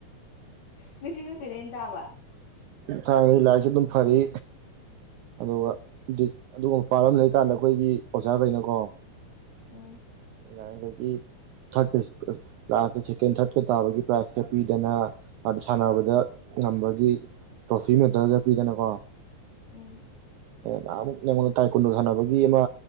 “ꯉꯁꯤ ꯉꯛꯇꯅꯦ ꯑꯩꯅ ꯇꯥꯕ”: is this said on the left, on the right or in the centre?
Left